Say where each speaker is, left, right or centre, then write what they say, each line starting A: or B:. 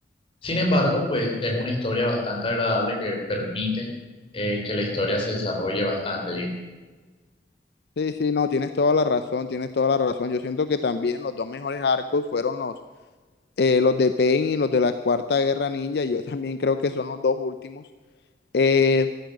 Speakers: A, on the left; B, on the left.
A: Sin embargo, pues es una historia bastante agradable que permite eh, que la historia se desarrolle bastante bien.
B: Sí, sí, no, tienes toda la razón, tienes toda la razón. Yo siento que también los dos mejores arcos fueron los, eh, los de Pain y los de la Cuarta Guerra Ninja. Yo también creo que son los dos últimos. Eh,